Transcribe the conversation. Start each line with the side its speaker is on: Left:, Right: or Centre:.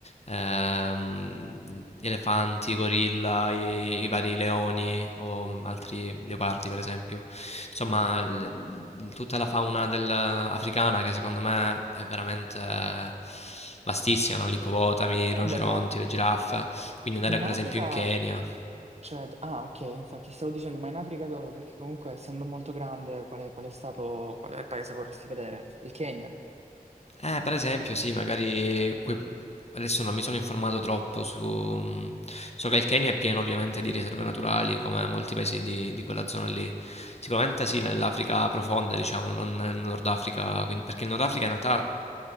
Left: ehm, gli elefanti, i gorilla, i, i vari leoni o altri leopardi, per esempio. Insomma,
Right: Mm.
Left: l- tutta la fauna del- africana che secondo me è veramente eh, vastissima, no? Gli ippopotami, i
Right: Guarda,
Left: rinoceronti,
Right: ma
Left: le giraffe. Quindi andare
Right: in
Left: per
Right: Africa...
Left: esempio in Kenya.
Right: Cioè, ah, ok, infatti stavo dicendo, ma in Africa dove? Perché comunque, essendo molto grande, qual è, qual è stato, qual è il paese che vorresti vedere? Il Kenya?
Left: Eh, per esempio, sì, magari quei- Adesso non mi sono informato troppo su... So che il Kenya è pieno ovviamente di riserve naturali, come molti paesi di, di quella zona lì. Sicuramente sì, nell'Africa profonda, diciamo, non nel Nord Africa, quindi- perché il Nord Africa in realtà